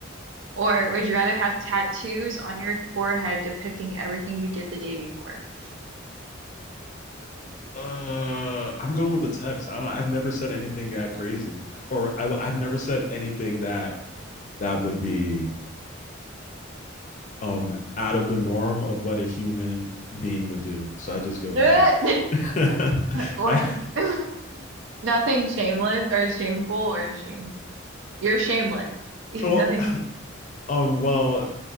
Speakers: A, on the right; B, on the left.
A: or would you rather have tattoos on your forehead depicting everything you did the day before? <laughs>
B: Uh, I'm going with the text. I, I've never said anything that crazy, or I, I've never said anything that that would be um out of the norm of what a human being would do. So I just go with
A: Like,
B: that. <laughs>
A: what?
B: I,
A: <laughs> Nothing shameless or shameful or shame. You're shameless. <laughs>
B: well,
A: Nothing.
B: um, well,